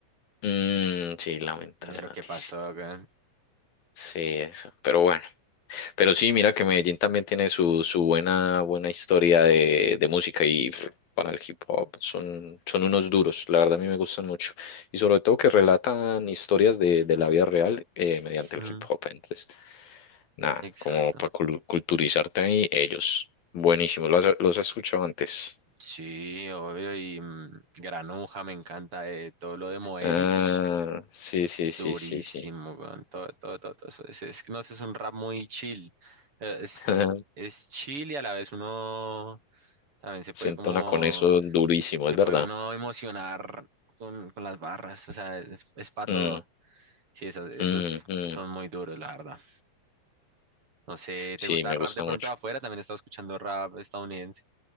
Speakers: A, on the left; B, on the right.
A: Mm, sí, lamentable
B: de lo
A: noticia.
B: que pasó acá.
A: Sí, eso. Pero bueno. Pero sí, mira que Medellín también tiene su, su buena, buena historia de, de música y pff, para el hip hop son, son unos duros. La verdad a mí me gustan mucho. Y sobre todo que relatan historias de, de la vida real eh, mediante
B: Mm,
A: el hip hop. Entonces, nada,
B: exacto.
A: como para culturizarte ahí, ellos. Buenísimo. ¿Los, has- los has escuchado antes?
B: Sí, obvio. Y mm, Granuja me encanta eh, todo lo de Moebius.
A: Ah, sí, sí,
B: Durísimo,
A: sí, sí, sí.
B: weón, Todo, todo, todo, todo eso. Es, es que no sé, es un rap muy chill. eh, Es,
A: <laughs>
B: es chill y a la vez uno también se
A: Se
B: puede
A: entona
B: como,
A: con eso durísimo,
B: se
A: es verdad.
B: puede uno emocionar con, con las barras. O sea, es, es para
A: Mm,
B: todo. Sí, esos, esos
A: mm, mm.
B: son muy duros, la verdad. No sé,
A: Sí,
B: ¿te gusta
A: me
B: rap
A: gusta
B: de pronto
A: mucho.
B: de afuera? También he estado escuchando rap estadounidense.